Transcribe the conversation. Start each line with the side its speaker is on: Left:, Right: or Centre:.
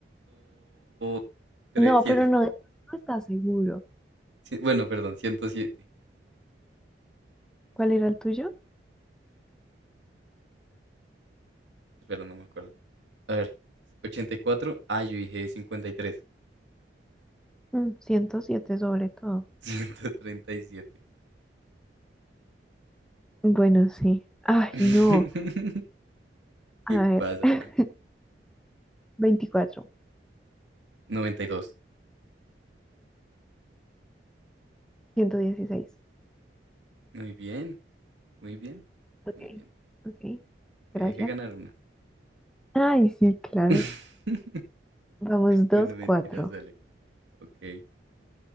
Right: 107.
Centre: No, pero no, no está seguro.
Right: Sí, bueno, perdón, ciento siete
Centre: ¿Cuál era el tuyo?
Right: Espera, no me acuerdo. A ver, ochenta y cuatro Ah, yo dije cincuenta y tres
Centre: Mm, 107 sobre todo.
Right: <laughs> ciento treinta y siete
Centre: Bueno, sí. Ay,
Right: <laughs>
Centre: no.
Right: ¿Qué
Centre: A ver.
Right: pasa?
Centre: <laughs> veinticuatro
Right: noventa y dos
Centre: ciento dieciséis
Right: Muy bien, muy bien,
Centre: Ok,
Right: muy bien.
Centre: ok.
Right: Te
Centre: Gracias.
Right: dejé ganar una.
Centre: Ay, sí, claro.
Right: <laughs>
Centre: Vamos, 2
Right: bueno, mentiras,
Centre: cuatro
Right: dale. Ok,